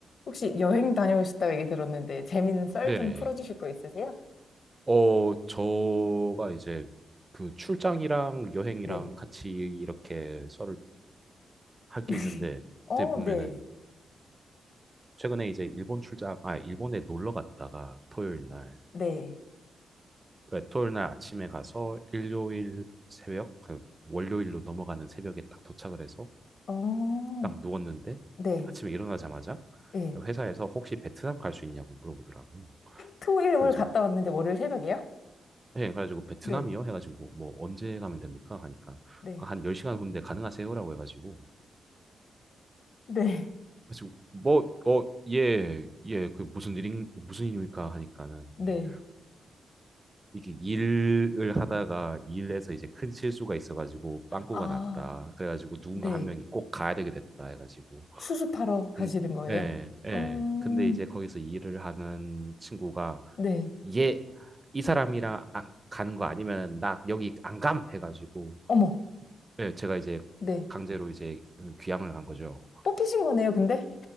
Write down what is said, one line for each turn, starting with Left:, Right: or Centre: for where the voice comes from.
Left: 혹시 여행 다녀오셨다고 얘기 들었는데 재밌는 썰
Right: 네네.
Left: 좀 풀어주실 거 있으세요?
Right: 어, 저가 이제 그 출장이랑 여행이랑
Left: 네.
Right: 같이 이렇게 썰을 할 게
Left: <laughs>
Right: 있는데, 그때
Left: 어,
Right: 보면은
Left: 네.
Right: 최근에 이제 일본 출장, 아, 일본에 놀러 갔다가 토요일 날,
Left: 네.
Right: 아, 토요일 날 아침에 가서 일요일 새벽, 그 월요일로 넘어가는 새벽에 딱 도착을 해서
Left: 어,
Right: 딱 누웠는데
Left: 네.
Right: 아침에 일어나자마자
Left: 예.
Right: 회사에서 혹시 베트남 갈 수 있냐고 물어보더라고요.
Left: 토일
Right: 그래서
Left: 월 갔다 왔는데 월요일 새벽에요?
Right: 예, 그래가지고 베트남이요?
Left: 네.
Right: 해가지고 뭐 언제 가면 됩니까? 하니까
Left: 네.
Right: 그러니까 한 10시간 후인데 가능하세요라고 해가지고
Left: 네.
Right: 그래서 뭐 어, 예, 예, 그 무슨 일인 무슨 일입니까? 하니까는
Left: 네.
Right: 이게 이게 일을 하다가 일에서 이제 큰 실수가 있어가지고 빵꾸가
Left: 아,
Right: 났다. 그래가지고 누군가
Left: 네.
Right: 한 명이 꼭 가야 되게 됐다 해가지고
Left: 수습하러
Right: 근
Left: 가시는 거예요?
Right: 예, 예.
Left: 음,
Right: 근데 이제 거기서 일을 하는 친구가
Left: 네.
Right: 얘 이 사람이랑 안- 가는 거 아니면 나 여기 안 감 해가지고
Left: 어머.
Right: 네, 제가 이제
Left: 네.
Right: 강제로 이제 귀향을 간 거죠.
Left: 뽑히신 거네요, 근데?